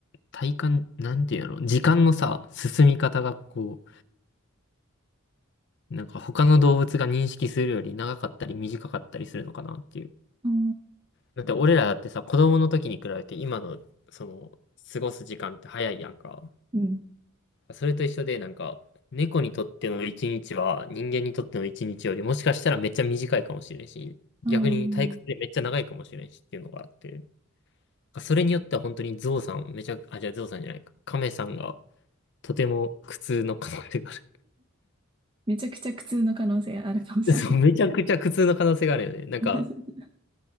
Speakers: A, on the left; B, on the right.
A: 体感、なんていうの時間のさ、進み方がこう、なんか他の動物が認識するより長かったり短かったりするのかなっていう。
B: あー
A: だって俺らだってさ、子供の時に比べて今の、その、過ごす時間って早いやんか。
B: うん。
A: それと一緒で、なんか、猫にとっての一日は人間にとっての一日よりもしかしたらめっちゃ短いかもしれんし、
B: ああ
A: 逆に退屈でめっちゃ長いかもしれんしっていうのがあって、それによっては本当にゾウさん、めちゃ、あ、じゃあゾウさんじゃないか、カメさんがとても苦痛の可能性がある。
B: めちゃくちゃ苦痛の可能性あるかもしれない。
A: <laughs> そう、めちゃくちゃ苦痛の可能性があるよね。なんか、
B: <laughs>